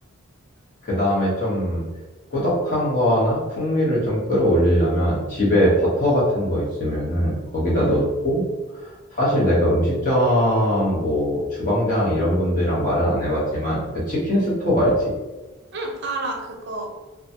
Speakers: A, on the left; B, on the right.
A: 그 다음에 좀 꾸덕한 거나 풍미를 좀 끌어올리려면 집에 버터 같은 거 있으면은 거기다
B: 응,
A: 넣고 사실 내가 음식점 뭐 주방장 이런 분들이랑 말은 안 해봤지만 그 치킨 스톡 알지?
B: 응, 알아, 그거.